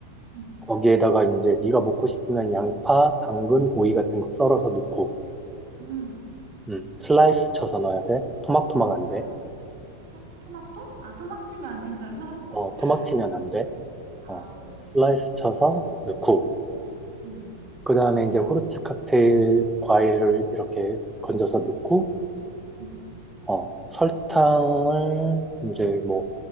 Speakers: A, on the right (about 55°); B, in the centre.
A: 응,
B: 거기에다가 이제 네가 먹고 싶으면 양파, 당근, 오이
A: 응,
B: 같은 거 썰어서 넣고,
A: 응.
B: 음, 슬라이스 쳐서 넣어야 돼. 토막토막 안 돼.
A: 아, 토, 토마토? 아, 토막 치면 안 된다고?
B: 어, 토막 치면 안 돼.
A: 어. 아,
B: 어,
A: 어.
B: 슬라이스 쳐서 넣고,
A: 응,
B: 그 다음에 이제 후르츠 칵테일 과일을 이렇게 건져서 넣고,
A: 응.
B: 어, 설탕을 이제 뭐,